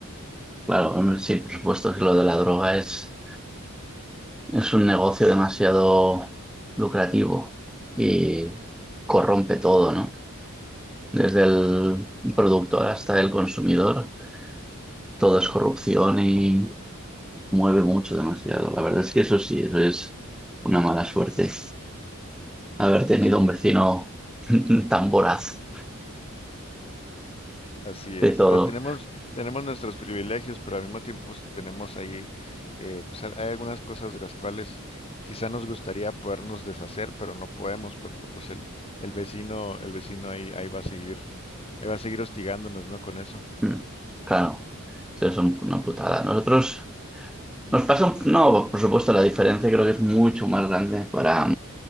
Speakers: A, in the centre; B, on the left (about 25°).
A: Claro, hombre, sí, por supuesto que lo de la droga es, es un negocio demasiado lucrativo y corrompe todo, ¿no? Desde el productor hasta el consumidor, todo es corrupción y mueve mucho demasiado. La verdad es que eso sí, eso es una mala suerte. Haber tenido
B: Sí,
A: un vecino <laughs> tan voraz
B: Así es,
A: de todo.
B: o sea, tenemos, tenemos nuestros privilegios, pero al mismo tiempo pues, tenemos ahí, eh, pues hay hay algunas cosas de las cuales quizá nos gustaría podernos deshacer, pero no podemos porque pues el, el vecino, el vecino ahí, ahí va a seguir, ahí va a seguir hostigándonos, ¿no? Con eso.
A: Mm, Claro, eso es un- una putada. Nosotros nos pasa, un- no, por supuesto, la diferencia creo que es mucho más grande para...